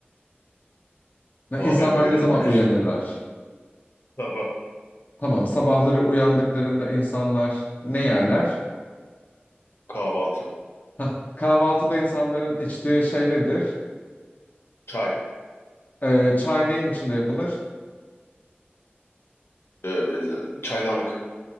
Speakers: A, on the left; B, on the left.
A: Ne,
B: Valla
A: insanlar
B: ben öğlen
A: ne zaman
B: uyuyorum.
A: uyanırlar?
B: <laughs> Sabah
A: Tamam, sabahları uyandıklarında insanlar ne yerler?
B: kahvaltı.
A: Hah, kahvaltıda insanların içtiği şey nedir?
B: Çay.
A: Ee, çay neyin içinde yapılır?
B: Ee, çaydanlık.